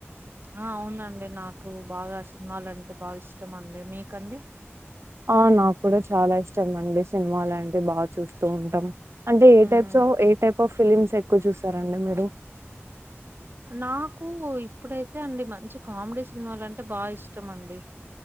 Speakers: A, on the right; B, on the right.
A: ఆ అవునండి నాకు బాగా సినిమాాల అంటే బాగా ఇష్టం అండి మీకండి
B: ఆ నాకు కూడా చాలా ఇష్టం అండి సినిమా లాంటివి బాగా చూస్తూ ఉంటాం అంటే ఏ
A: um.
B: types Of A type of films ఎక్కువ చూస్తారంండి మీరు
A: నాకు ఇప్పుడైతే అండి మంచి కామెడీ సినిమాలంటే బాగా ఇష్టం అండి